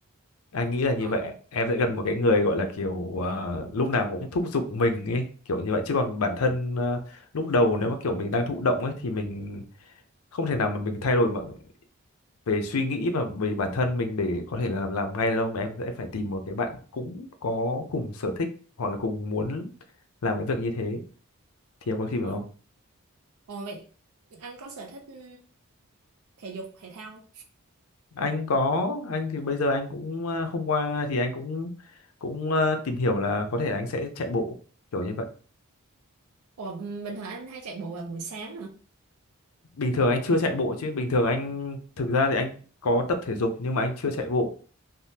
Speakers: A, on the left; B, on the right.
A: anh nghĩ là như
B: ờ
A: vậy em sẽ cần một cái người gọi là kiểu ờ, lúc nào cũng thúc giục mình ấy kiểu như vậy chứ còn bản thân ờ, lúc đầu nếu mà kiểu mình đang thụ động ấy thì mình không thể nào mà mình thay đổi mà về suy nghĩ và về bản thân mình để có thể là làm làm ngay được đâu mà em sẽ phải tìm một cái bạn cũng có cùng sở thích hoặc là cùng muốn làm cái việc như thế thì em có tìm được
B: ờ
A: không
B: Ồ vậy anh có sở thích ừm, thể dục thể thao không?
A: anh có anh thì bây giờ anh cũng ờ, hôm qua thì anh cũng cũng ờ, tìm hiểu là có thể là anh sẽ chạy bộ kiểu như vậy
B: Ồ bình thường anh hay chạy bộ vào buổi sáng hả?
A: bình thường anh chưa chạy bộ chứ bình thường anh thực ra thì anh có tập thể dục nhưng mà anh chưa chạy bộ